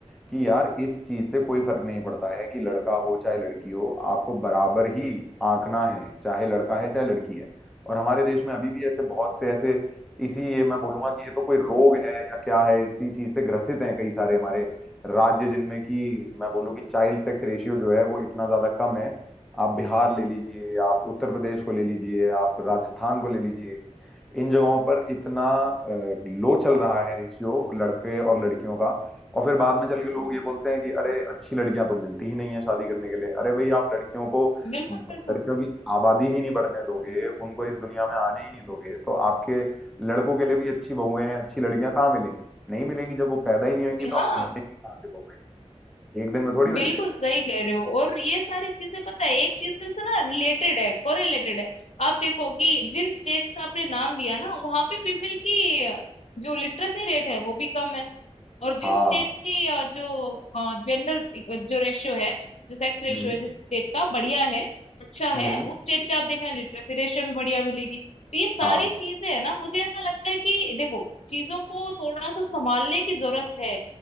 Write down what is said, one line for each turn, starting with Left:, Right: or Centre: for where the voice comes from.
Centre: कि यार इस चीज से कोई फर्क नहीं पड़ता है कि लड़का हो चाहे लड़की हो आपको बराबर ही आंकना है चाहे लड़का है चाहे लड़की है और हमारे देश में अभी भी ऐसे बहुत से ऐसे इसी ये मैं बोलूंगा कि ये तो कोई रोग है या क्या है इसी चीज से ग्रसित हैं कई सारे हमारे राज्य जिनमें कि मैं बोलूँ कि चाइल्ड सेक्स रेशियो जो है वो इतना ज्यादा कम है आप बिहार ले लीजिए आप उत्तर प्रदेश को ले लीजिए आप राजस्थान को ले लीजिए इन जगहों पर इतना लो चल रहा है रेशियो लड़के और लड़कियों का और फिर बाद में चल के लोग ये बोलते हैं कि अरे अच्छी लड़कियां तो मिलती ही नहीं है शादी करने के लिए अरे भाई आप लड़कियों को
Left: बिल्कुल
Centre: लड़कियों की आबादी ही नहीं बढ़ने दोगे उनको इस दुनिया में आने ही नहीं दोगे तो आपके लड़कों के लिए भी अच्छी बहुएं हैं अच्छी लड़कियां कहाँ मिलेंगी नहीं मिलेंगी जब वो पैदा ही नहीं होंगी तो
Left: हाँ
Centre: बनेंगी कहाँ से बहुएं एक दिन में थोड़ी बन
Left: बिल्कुल
Centre: जाएंगी
Left: सही कह रहे हो और ये सारी चीजें पता है एक दूसरे से ना रिलेटेड है कोरिलेटेड है आप देखो कि जिन स्टेट्स का आपने नाम लिया ना वहां पे फीमेल की जो लिटरेसी रेट है वो भी कम है और
Centre: हाँ
Left: जिन स्टेट्स की अ, जो जेंडर जो रेशियो है जो सेक्स रेशियो
Centre: हम्म
Left: है जिस स्टेट का बढ़िया है अच्छा है
Centre: हम्म
Left: उस स्टेट के आप देखना लिटरेसी रेशियो भी बढ़िया मिलेगी तो ये सारी
Centre: हाँ
Left: चीजें है ना मुझे ऐसा लगता है कि देखो चीजों को थोड़ा सा संभालने की जरूरत है